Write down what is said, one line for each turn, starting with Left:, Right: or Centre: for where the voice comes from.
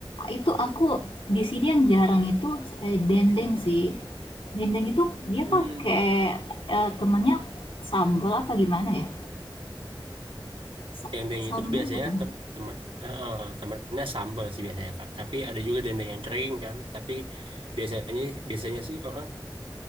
Left: itu aku di sini yang jarang itu eh, dendeng sih. Dendeng itu dia
Right: Hmm,
Left: pakai eh, temennya sambal apa gimana ya? Sa-
Right: dendeng
Left: sambal
Right: itu biasanya
Left: bukan?
Right: tem temen eh, eh, temennya sambal sih biasanya Kak. Tapi ada juga dendeng yang kering kan. Tapi biasanya biasanya sih orang